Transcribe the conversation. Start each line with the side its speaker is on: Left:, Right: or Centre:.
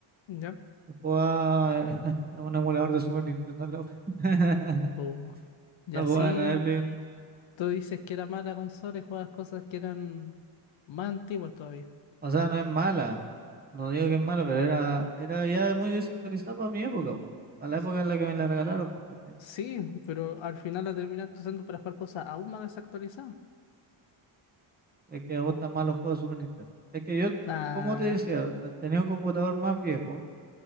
Left: ¿ya?
Right: jugaba en <laughs> un emulador de Super Nintendo en la wea. <laughs>
Left: Bu. Y
Right: No
Left: así
Right: jugaba nada de Play
Left: tú dices que era mala consola y juegas cosas que eran más antiguas todavía.
Right: O sea, no es mala. No digo que es mala, pero era, era ya muy desactualizada para mi época. po. Para la
Left: S-
Right: época en la que me la regalaron, porque
Left: Sí, pero al final la terminaste usando para jugar cosas aún más desactualizadas.
Right: es que a vos tan malos juegos de Super Nintendo. Es que yo,
Left: Ah,
Right: como te decía, te- tenía un computador más viejo